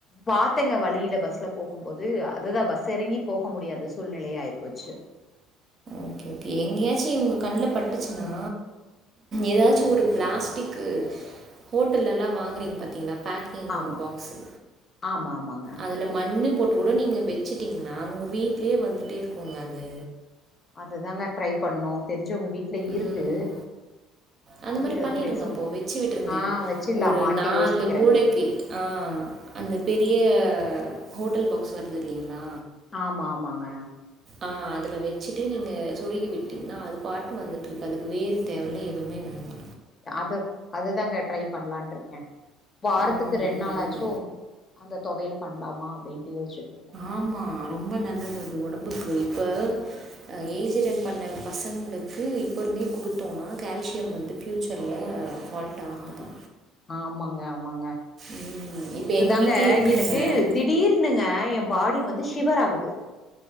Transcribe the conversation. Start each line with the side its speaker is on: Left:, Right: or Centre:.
Left: பாத்தெங்க வழியில பஸ்ல போகும் போது அதுதா பஸ் எறங்கி போக முடியாது சூழ்நிலையா ஆயிப்போச்சு
Right: ஓகே ஓகே எங்கேயாச்சு இவுங்க கண்ணுல பட்டுச்சுன்னா எதாச்சும் ஒரு பிளாஸ்டிக்கு ஹோட்டல்லெல்லா வாங்குறீங்க பாத்தீங்களா பேக் கிங்
Left: ஆமா
Right: பாக்ஸு
Left: ஆமா ஆமாங்
Right: அதுல மண்ணு போட்டு கூட நீங்க வெச்சுட்டீங்கன்னா உங்க வீட்லயே வந்துட்டே இருக்குங்க அது
Left: அதுதாங்க ட்ரை பண்ணோ தெரிஞ்சவுங்க வீட்டுல இருக்கு
Right: ம் அந்த
Left: வாங்கிட்டு
Right: மாரி பண்ணிடுங்க
Left: வந்து வச்சிர்லா
Right: அப்போ வெச்சு விட்டுருங்க
Left: ஆ வச்சிர்லாமான்ட்டு
Right: ஒரு நாலு
Left: யோசிக்கிறேங்க
Right: மூலைக்கி ஆ அந்த பெரிய
Left: ம்
Right: ஹோட்டல் பாக்ஸ் வருது இல்லைங்களா
Left: ஆமா ஆமாங்க
Right: ஆ அதுல வெச்சுட்டு நீங்க சொருகி விட்டீங்கன்னா அது பாட்னு வந்துட்ருக்கு அதுக்கு வேரு தேவல்ல எதுவுமே வேண்டா
Left: அது அதுதாங்க ட்ரை பண்ணலாட்ருக்கே வாரத்துக்கு
Right: ம்
Left: ரெண் நாளாச்சும்
Right: பண்ணுங்க
Left: அந்த தொவையல் பண்லாம்மா அப்டின்ட்டு யோஸ்ச்சுட்ருக்கே
Right: ஆமாம் ரொம்ப நல்லது அது ஒடம்புக்கு இப்ப அ ஏஜ் அட்டன் பண்ண பசங்களுக்கு இப்பருந்தே குடுத்தோனா கால்சியம் வந்து ஃப்யூச்சர்ல ஃபால்ட் ஆகாதா
Left: ஆமாங்க ஆமாங்க
Right: ம்
Left: நேத்து
Right: இப்போ எங்கள்
Left: தாங்க
Right: வீட்லேயே இருக்குங்க
Left: எனக்கு திடீர் ன்னுங்க ஏ ஃபாடி வந்து ஷிவர் ஆகுது